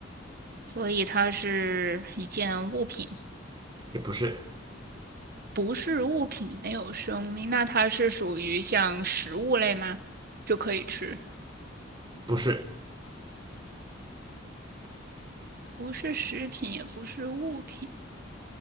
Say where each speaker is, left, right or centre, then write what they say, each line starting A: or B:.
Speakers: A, on the right (about 50°); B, on the right (about 25°).
A: 所以它是一件物品。
B: 也不是，
A: 不是物品，没有生命，那它是属于像食物类吗？就可以吃，
B: 不是，
A: 不是食品，也不是物品。